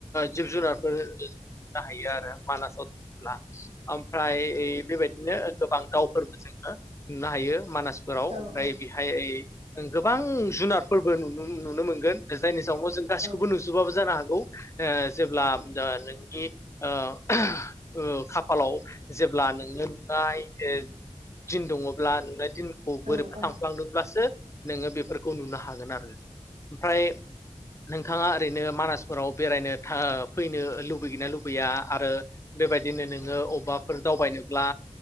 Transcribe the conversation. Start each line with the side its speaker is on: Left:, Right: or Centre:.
Left: जिब जुनारफोर नुनो हायो आरो मानासाव थांल्बा ओमफ्राय बेबायदिनो गोबां दाावफोरबो जोङो नुनो हायो मानास फोराव
Right: औ
Left: ओमफ्राय बेहाय गोबां जुनारफोरबो नुनो नुनो मोनगोन जायनि जावनाव जों गासैखौबो
Right: औ
Left: नुजुबाबो जानो हागोन गौ जेब्ला नोंनि ओ ओ खाफालाव जेब्ला नोंनो नुनाय दिन दङ ब्ला नुनाय दिनखौ बोरैबा
Right: औ औ
Left: थांफ्लांदोंब्लासो नोङो बेफोरखौ नुनो हागोन आरो ओमफ्राय नोंथाङा ओरैनो मानासफोराव बेरायनो फैनो लुबैगैना लुबैया आरो बेबायदिनो नोङो अबबाफोर दावबायनोब्ला